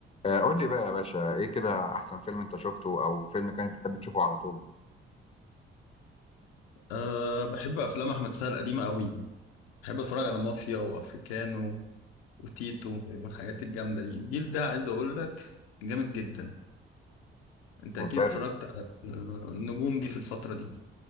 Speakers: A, on the left; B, on the left.
A: آه، قول لي بقى يا باشا ايه كده احسن فيلم انت شفته او فيلم كانت بتحب تشوفه على طول
B: أه بحب أفلام أحمد سعد القديمة أوي بحب أتفرج على مافيا وأفريكانو وتيتو والحاجات الجامدة دي الجيل ده عايز أقول لك جامد جدا أنت
A: ممتاز
B: أكيد اتفرجت على النجوم دي في الفترة دي